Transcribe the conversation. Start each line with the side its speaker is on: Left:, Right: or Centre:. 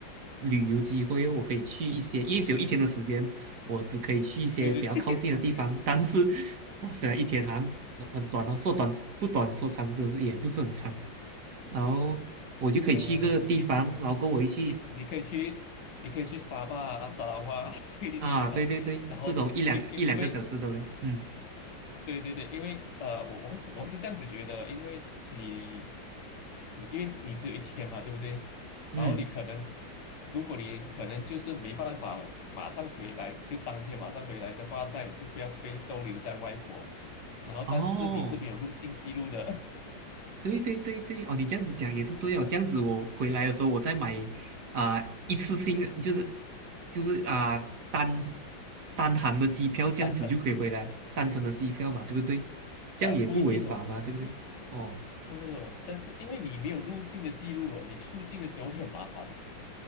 Right: 旅游机会哦，我可以去一些，因为只有一天的时间，我只可以去一些比较靠近的地方，
Left: 对对对。
Right: <laughs> 但是哦，虽然一天好像很很短哦，说短不短，说长就是也不是很长。然后我就可以去一个地方，
Left: 呃，你你你
Right: 然后跟我一起
Left: 你你可以去，你可以去沙巴啊、沙拉哇啊 <laughs> 这一些哦。
Right: 啊，对对对，
Left: 然后因因因为
Right: 这种一两一两个小时的嘞，嗯
Left: 对对对，因为呃，我我是我是这样子觉得，因为你你因为你只有一天嘛，对不对？
Right: 嗯，
Left: 然后你可能如果你可能就是没办法马上回来，就当天马上回来的话，那你就不要被逗留在外国。然后，
Right: 哦，
Left: 但是你是没有入境记录的
Right: 对对对对，哦，你这样子讲也是对哦，这样子我回来的时候我再买啊、一次性的就是就是啊、单单行的机票，这样子就可以回来，
Left: <laughs> 单程，
Right: 单程的机票嘛，对不对？这样也不违法嘛，
Left: 呃，不一定哦，就因为
Right: 对不对？哦。
Left: 不是哦，但是因为你没有入境的记录哦，你出境的时候会很麻烦哦。